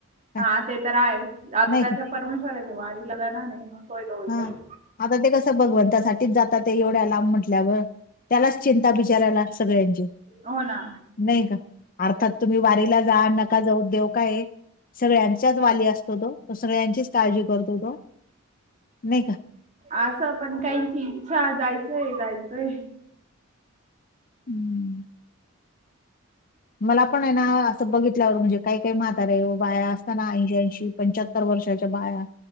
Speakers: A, on the left; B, on the right.
A: काय
B: हा ते तर आहे आता
A: नाही
B: त्याच्या
A: का
B: परमेश्वराच्या वारीला जाणार नाही मग होय तो होईलच.
A: हा आता ते कसं भगवंतासाठीठीच जातात ते एवढ्या लांब म्हटल्यावर. त्यालाच चिंता बिचारायला सगळ्यांची
B: हो ना.
A: नाही का अर्थात तुम्ही वारीला जा नका जाऊ देऊ का हे? सगळ्यांचाच वाली असतो तो तो सगळ्यांचीच काळजी करतो तो. नाही का?
B: असं पण काहीची इच्छा जायचंय जायचंय.
A: हम्म. मला पण आहे ना असं बघितल्यावर म्हणजे काय काय म्हातारे बाया असताना ऐंशीच्या ऐंशी. पंच्याहत्तर वर्षाच्या बाया.